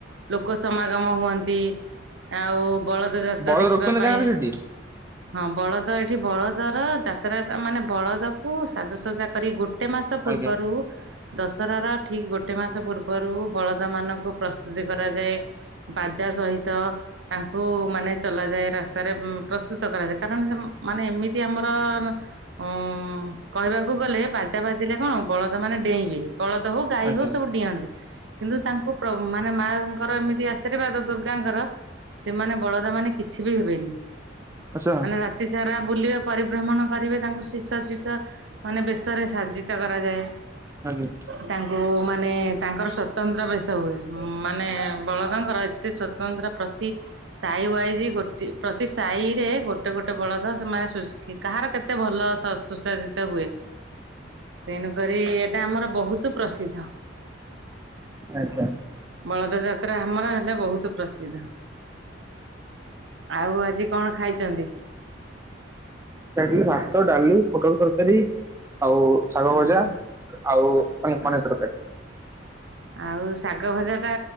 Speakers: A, on the right; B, on the right.
A: ଲୋକ ସମାଗମ ହୁଅନ୍ତି ଆଉ ବଳଦ ଯାତ୍ରା
B: ବଳଦ
A: ଦେଖିବା
B: ରଖିଛନ୍ତି
A: ପାଇଁ
B: ଗାଁରେ ସେଠି
A: ହଁ ବଳଦ ଏଠି ବଳଦର ଯାତ୍ରା ମାନେ ବଳଦକୁ ସାଜସଜା କର ଗୋ ଏ ମାସ ପୂର୍ବରୁ
B: ଆଜ୍ଞା
A: ଦଶରାର ଠିକ୍ ଗୋଟେ ମାସ ପୂର୍ବରୁ ବଳଦମାନଙ୍କୁ ପ୍ରସ୍ତୁତି କରି <unintelligible> କରାଯାଏ ବାଜା ସହି ତ ତାଙ୍କୁ ମାନେ ଚଲା ଯାଏ ରାସ୍ତାରେ ପ୍ରସ୍ତୁତ କରାଯାଏ କାରଣ ସେ ମାନେ ଏମିତି ଆମ ଅ ଉଁ କହିବାକୁ ଗଲେ ବାଜା ବାଜିଲେ କଣ ବଳଦ ମାନେ ଡେଇଁବେ। ବଳଦ ହଉ ଗାଈ
B: ଆଜ୍ଞା
A: ହଉ ସବୁ ଡିଅନ୍ତି କିନ୍ତୁ ତାଙ୍କୁ ପ୍ର ମାନେ ମାଙ୍କର ଏମିତି ଆଶୀର୍ବାଦ ଦୁର୍ଗାଙ୍କର ସେମାନେ ବଳଦ ମାନେ କିଛି ବି ହେବେନି
B: ଆଚ୍ଛା
A: ମାନେ ରାତି ସାରା ବୁଲିବେ ପରିଭ୍ରମଣ କରିବେ ତାଙ୍କୁ ସିସଜ୍ଜିତ ମାନେ ବେଶରେ ସାଜ୍ଜିତ କରାଯାଏ
B: ଆଜ୍ଞା
A: ତାଙ୍କୁ ମାନେ ତାଙ୍କର ସ୍ଵତନ୍ତ୍ର ବେଶ ହୁଏ ଉଁ ମାନେ ବଳଦଙ୍କର ଏତେ ସ୍ଵତନ୍ତ୍ର ପ୍ରତି ସାଇ ୱାଇଜ ଗୋଟି ପ୍ରତି ସାଇରେ ଗୋଟେ ଗୋଟେ ବଳଦ ସେମାନେ ସୁ କାହାର କେତେ ଏତେ ଭଲ ସ ସୁ ସଜ୍ଜିତ ହୁଏ ତେଣୁକରି ଗ୍ରାମର ବହୁତ ପ୍ରସିଦ୍ଧ
B: ଆଚ୍ଛା।
A: ବଳଦ ଯାତ୍ରା ଆମର ହେଲେ ବହୁତ ପ୍ରସିଦ୍ଧ। ଆଉ ଆଜି କଣ ଖାଇଛନ୍ତି?
B: <unintelligible> ଭାତ, ଡାଲି, ପୋଟଳ ତରକାରୀ ଆଉ ଶାଗ
A: ଅ
B: ଭଜା
A: ହ
B: ଆଉ <unintelligible> ଅନେ
A: ଅ
B: ପନିର ତରକାରୀ
A: ଆଉ ଶାଗ ଭଜା ଟା